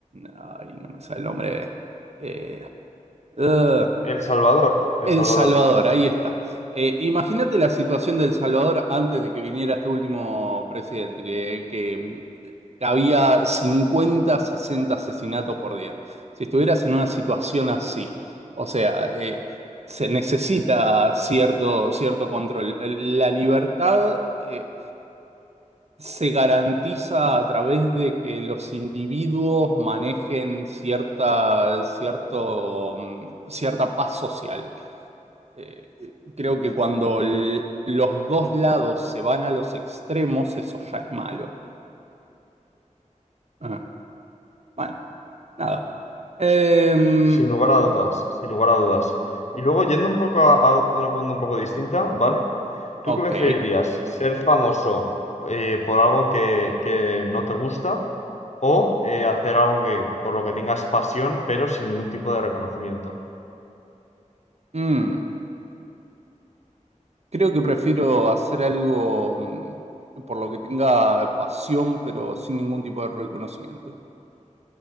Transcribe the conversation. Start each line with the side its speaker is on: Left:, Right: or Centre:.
Right: ay, no me sale el nombre. Eh, ugh.
Left: El Salvador, El
Right: El
Left: Salvador.
Right: Salvador, ahí está. Eh, imagínate la situación del Salvador antes de que viniera este último presidente, que, que, mm, había 50, 60 asesinatos por día. Si estuvieras en una situación así, o sea, eh, se necesita cierto, cierto control. La libertad, eh, se garantiza a través de que los individuos manejen cierta, cierto, mm, cierta paz social. Eh, creo que cuando l- los dos lados se van a los extremos, eso ya es malo. Ah, bueno, nada. Em,
Left: Sin lugar a dudas, sin lugar a dudas. Y luego, yendo un poco a, a una pregunta un poco distinta, ¿vale? ¿Tú
Right: ok.
Left: qué preferirías? ¿Ser famoso eh, por algo que, que no te gusta? o eh, hacer algo que, por lo que tengas pasión, pero sin ningún tipo de reconocimiento.
Right: Mm, creo que prefiero hacer algo mm, por lo que tenga pasión, pero sin ningún tipo de reconocimiento.